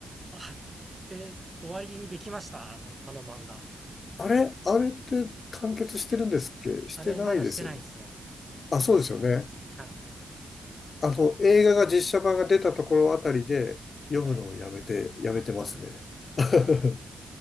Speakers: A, on the right; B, on the left.
A: あ、で、終わりにできました。あの、あの漫画。
B: あれあれって完結してるんですっけしてないですよね。
A: あれ、まだしてないですね。
B: あ、そうですよね。
A: はい。
B: あの、映画が実写版が出たところあたりで読むのをやめて、
A: はい。
B: やめてますね。
A: <laughs>
B: <laughs>
A: お